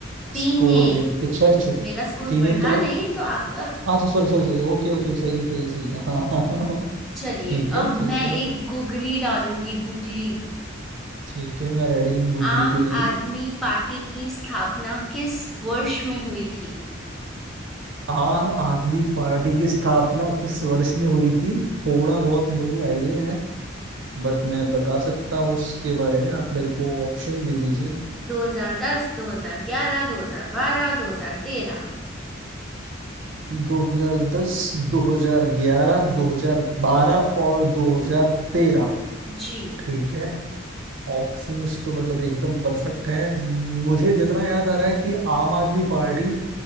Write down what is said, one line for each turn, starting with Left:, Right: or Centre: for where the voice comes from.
Centre: तीन
Right: स्कोर
Centre: एक
Right: में पिछड़ चुके
Centre: मेरा स्कोर
Right: तीन
Centre: बढ़ा
Right: एक तो
Centre: नहीं तो आपका
Right: अच्छा sorry sorry sorry okay okay सही है सही है सही है हाँ हाँ हाँ हाँ।
Centre: चलिए
Right: ठीक है
Centre: अब
Right: ठीक
Centre: मैं
Right: है
Centre: एक गुगली डालूंगी गुगली
Right: ठीक है मैं रेडी हूँ गुगली
Centre: आम
Right: के लिए
Centre: आदमी पार्टी की स्थापना किस वर्ष में हुई थी
Right: आम आदमी पार्टी की स्थापना किस वर्ष में हुई थी थोड़ा बहुत मुझे आइडिया है बट मैं बता सकता हूँ उसके बारे में आप मेरे को ऑप्शन दे दीजिए
Centre: 2010 2011 2012 2013
Right: 2010 2011 2012 और 2013
Centre: जी
Right: ठीक है ऑप्शंस तो मतलब एकदम परफेक्ट है मुझे जितना याद आ रहा है कि आम आदमी पार्टी